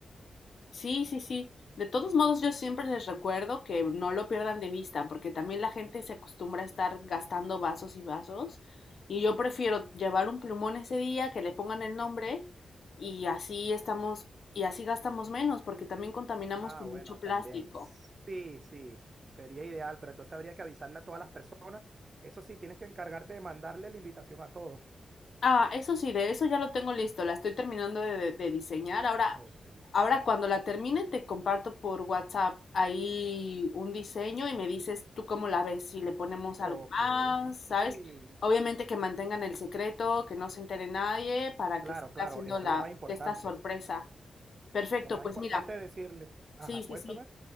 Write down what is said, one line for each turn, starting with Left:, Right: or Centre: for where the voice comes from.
Left: Sí, sí, sí. De todos modos, yo siempre les recuerdo que no lo pierdan de vista, porque también la gente se acostumbra a estar gastando vasos y vasos. Y yo prefiero llevar un plumón ese día, que le pongan el nombre, y así estamos, y así gastamos menos, porque también contaminamos
Right: Ah,
Left: con
Right: bueno,
Left: mucho plástico.
Right: también. Sí, sí, sería ideal, pero entonces habría que avisarle a todas las personas. Eso sí, tienes que encargarte de mandarle la invitación a todos.
Left: Ah, eso sí, de eso ya lo tengo listo, la estoy terminando de, de- de diseñar. Ahora,
Right: Ok.
Left: ahora cuando la termine te comparto por WhatsApp ahí un diseño y me dices tú cómo la ves, si le ponemos
Right: Ok.
Left: algo más, ¿sabes?
Right: Sí,
Left: Obviamente que mantengan el secreto, que no se entere nadie para
Right: claro,
Left: que siga
Right: claro,
Left: haciendo
Right: eso
Left: la,
Right: es lo más importante.
Left: esta sorpresa. Perfecto,
Right: Lo más
Left: pues
Right: importante
Left: mira,
Right: es decirle, ajá,
Left: sí, sí,
Right: cuéntame.
Left: sí.